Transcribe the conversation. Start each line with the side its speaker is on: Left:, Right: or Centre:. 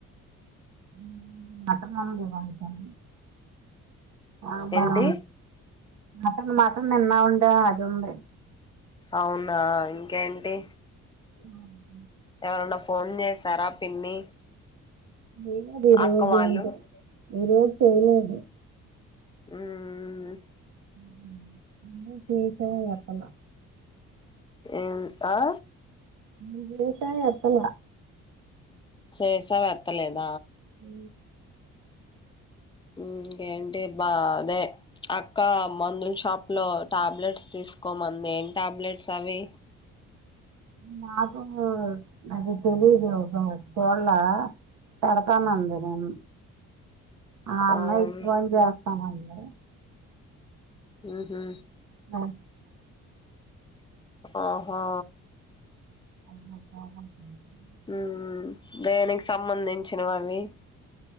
Right: ఉమ్ ముట్టన్ <unintelligible> అవునా
Left: ఏంటి
Right: మట్టన్ మట్టన్ తిన్నమండి ముంబై
Left: అవునా ఇంకేంటి
Right: ఉమ్
Left: ఎవరన్న ఫోన్ చేసారా పిన్ని
Right: లేదు రోజే
Left: అక్క వాళ్ళు
Right: అంట ఈ రోజు చెయ్యలేదు
Left: ఉమ్
Right: ఉమ్ ఇంకా టీచర్ గా చేస్తున్నా
Left: ఉమ్ ఆ
Right: మ్ లేత్తానే ఎప్పాల
Left: చేసావు ఎత్తలేద
Right: ఉ
Left: ఇంకేంటి బా అదే అక్క మందుల షాప్ లో టాబ్లెట్స్ తీసుకోమంది ఏం టాబ్లెట్స్ అవి
Right: నాకు అది తెలీదు <unintelligible> చుళ్ళ పెడతాన్నంది నిన్ ఆ అన్నయ్యక్
Left: అవును
Right: ఫోన్ జెస్ తనంది
Left: ఉ హు
Right: ఆ
Left: ఆహా
Right: <inaudible>
Left: మ్ దేనికి సంబంధించినవవి